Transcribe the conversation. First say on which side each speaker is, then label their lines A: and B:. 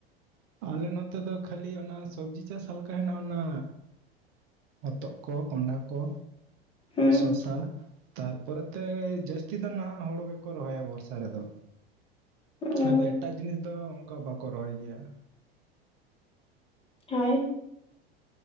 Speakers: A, on the right (about 45°); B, on the left (about 20°).
A: ᱟᱞᱮ ᱱᱚᱛᱮ ᱫᱚ ᱠᱷᱟᱹᱞᱤ ᱚᱱᱟ ᱥᱚᱵᱡᱤ ᱪᱟᱥ ᱦᱟᱞᱠᱟ ᱦᱮᱱᱟᱜᱼᱟ, ᱚᱱᱟ ᱦᱚᱛᱚᱜ, ᱠᱚ ᱠᱚᱸᱰᱷᱟ, ᱠᱚ
B: ᱦᱩᱸ
A: ᱥᱚᱥᱟ ᱛᱟᱨ ᱯᱚᱨᱮ ᱛᱮ, ᱡᱟᱹᱥᱛᱤ ᱫᱚ ᱱᱟᱦᱟᱜ ᱦᱩᱲᱩ ᱜᱮ ᱠᱚ ᱨᱚᱦᱚᱭᱟ ᱵᱚᱨᱥᱟ ᱨᱮ ᱫᱚ᱾
B: ᱦᱩᱸ
A: ᱟᱫᱚ ᱮᱴᱟᱜ ᱡᱤᱱᱤᱥ ᱫᱚ ᱚᱱᱠᱟ ᱵᱟᱠᱚ ᱨᱚᱦᱚᱭ ᱜᱮᱭᱟ᱾
B: ᱦᱳᱭ,